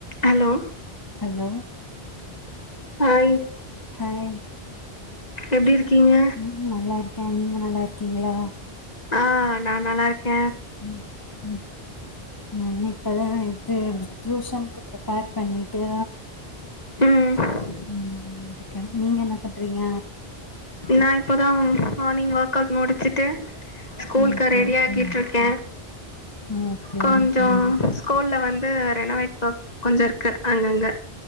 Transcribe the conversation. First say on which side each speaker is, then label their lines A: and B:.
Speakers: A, on the left; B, on the left.
A: Hello
B: hello
A: hi
B: hi
A: எப்டி
B: கே
A: இருக்கீங்க
B: ம் நல்லாருக்கே நீங்க நல்லாருக்கீங்ளா
A: ஆ நா நல்லாருக்க
B: ம் ம் நான் இப்பதா இது டியூஷன்க்கு ப்ரிப்பேர் பண்ணிட்டு
A: ம்
B: ம் <unintelligible> நீங்க என்ன பண்றீங்க
A: நா இப்போதா மார்னிங் ஒர்க் அவுட் முடிச்சுட்டு ஸ்கூல்
B: ஓகே
A: கு ரேடி
B: ஓகே
A: ஆகிட்டுருக்க
B: ஓகே
A: கொஞ்சொ
B: ஓகே
A: ஸ்கூல்ல வந்து ரெனோவேட் ஒர்க் கொஞ்ச இருக்கு அங்கங்க